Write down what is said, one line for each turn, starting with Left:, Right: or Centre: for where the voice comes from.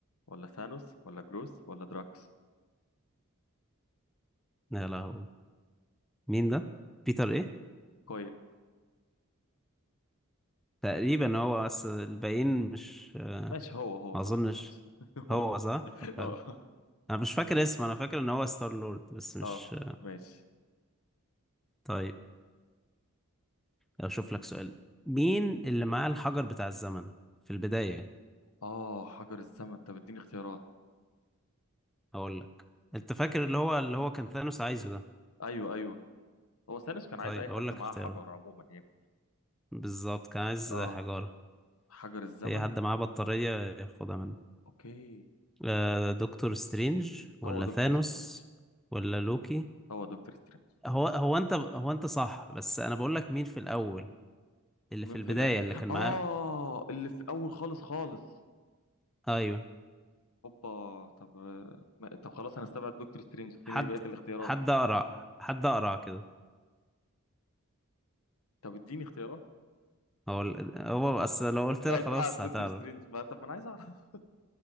Left: ولا ثانوس ولا جروس ولا دراكس
Centre: لا لا هو مين ده بيتر ايه
Left: كويل
Centre: تقريبا هو اصل الباقيين مش
Left: ماشي هو هو
Centre: ما
Left: صح
Centre: اظنش
Left: ماشي <laughs> هو.
Centre: هو صح طب حلو
Left: اه
Centre: انا مش فاكر اسمه انا فاكر ان هو ستار لورد بس مش
Left: اه ماشي
Centre: طيب اشوف لك سؤال مين اللي معاه الحجر بتاع الزمن في البداية
Left: اه حجر الزمن انت بتديني اختيارات
Centre: اقول لك انت فاكر اللي هو اللي هو كان ثانوس عايزه ده
Left: ايوه ايوه هو ثانوس كان عايز
Centre: طيب
Left: اي حد
Centre: اقول لك
Left: معاه
Centre: اختياره
Left: حجر عموما يعني
Centre: بالظبط كان عايز
Left: اه
Centre: حجارة
Left: حجر الزمن
Centre: اي حد معاه بطارية ياخدها منه
Left: اوكي
Centre: آه، دكتور سترينج ولا
Left: هو دكتور
Centre: ثانوس
Left: سترينج
Centre: ولا لوكي
Left: هو دكتور سترينج
Centre: هو هو انت هو انت صح بس انا بقول لك مين في الاول اللي
Left: مين
Centre: في البداية
Left: في الأ...
Centre: اللي كان معاه
Left: اه اللي في اول خالص خالص
Centre: ايوه
Left: هوبا طب آه، ما- طب خلاص انا استبعد دكتور سترينج
Centre: حد
Left: اديني بقيه الاختيارات
Centre: حد اقرا حد اقرا كده
Left: طب اديني اختيارات
Centre: هو ال- هو بس لو قلت
Left: بعيد
Centre: لك خلاص
Left: بقى عن دكتور
Centre: هتعرف
Left: سترينج ما طب ما انا عايز اعرف